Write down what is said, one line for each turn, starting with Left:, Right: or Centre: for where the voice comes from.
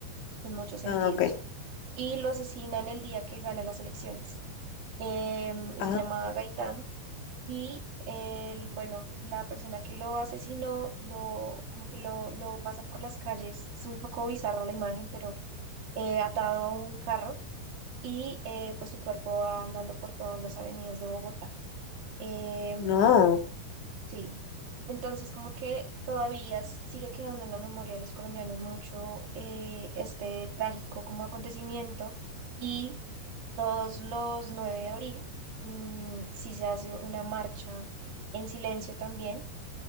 Right: en muchos sentidos.
Left: Ah, ok.
Right: Y lo asesinan el día que gana las elecciones. Eh, él
Left: Ah,
Right: se llamaba Gaitán y él, bueno, la persona que lo asesinó, lo, como que lo, lo pasa por las calles. Es un poco bizarra la imagen, pero eh, atado a un carro y eh, pues su cuerpo va andando por todas las avenidas de Bogotá. Em,
Left: no,
Right: Sí, entonces como que todavía s- sigue quedando en la memoria de los colombianos mucho eh, este trágico como acontecimiento y todos los 9 de abril mm, sí se hace una marcha en silencio también